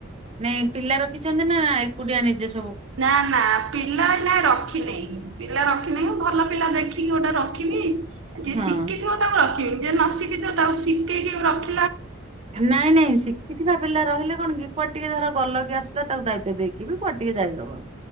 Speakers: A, on the right (about 30°); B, on the right (about 70°).
A: ନାଇଁ ପିଲା ରଖିଛନ୍ତି ନା ଏକୁଟିଆ ନିଜେ ସ
B: ନା ନା। ପିଲା ଆଜ୍ଞା ରଖିନେଇ ପିଲା ରଖିନେଇ ଭଲ ପିଲା ଦେଖିକି ଗୋଟେ ରଖିମି ଯିଏ
A: ହଁ
B: ଶିକିଥିବ ତାକୁ ରଖିବି ଯିଏ ନ ଶିକିଥିବ ତାକୁ ଶିକେଇକି ଆଉ ରଖିବି
A: ନାଇଁ ନାଇଁ ଶିଖିଥିବା ପିଲା ରହିଲେ କଣ କି କୁଆଡେ ଟିକେ ଧର ଗଲ କି ଆସିଲା ତାକୁ ଦାୟିତ୍ୱ ଦେଇକି ବି କୁଆଡେ ଟିକେ ଯାଇହବ।